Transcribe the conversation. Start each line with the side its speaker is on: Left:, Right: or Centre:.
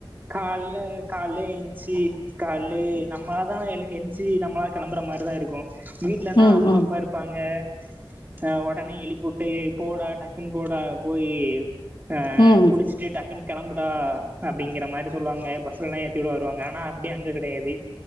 Right: கால்ல காலைல ஏன்ச்சி கால்லே நம்மளா தான் ஏன்ச்சி நம்மளா கெளம்பற மாரிதான் இருக்கும் வீட்லனா
Left: ம் ம்
Right: அம்மா அப்பா இருப் பாங்க அ உடனே எழிப்பிவுட்டு போடா டக்குன்னு போடா போய் அ
Left: ம்
Right: குளிச்சுட்டு
Left: ம்
Right: டக்குன்னு கெளம்புடா அப்டிங்கற மாரி சொல்லுவாங்க ப சில நேரம் ஏத்தி விட வருவாங்க ஆனா அப்டி அங்க கெடயாது